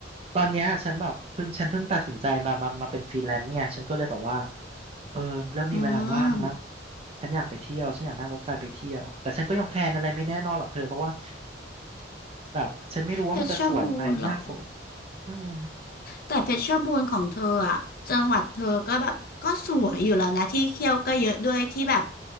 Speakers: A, on the right (about 35°); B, on the left (about 55°).
A: ตอนเนี้ยฉันแบบเพิ่งฉันเพิ่งตัดสินใจมามามาเป็นฟรีแลนซ์ไงฉันก็เลยแบบว่าเออเริ่มมีเวลาว่างละ
B: อืม
A: ฉันอยากไปเที่ยวฉันอยากนั่งรถไฟไปเที่ยวแต่ฉันก็ยังแพลนอะไรไม่แน่นอนหรอกเธอเพราะว่าแบบฉันไม่รู้ว่ามันจะสวยไหมหน้าฝน
B: เพชรบูรณ์เหรอ
A: อืม
B: แต่เพชรบูรณ์ของเธออ่ะจังหวัดเธอก็แบบก็สวยอยู่แล้วนะที่เที่ยวก็เยอะด้วยที่แบบ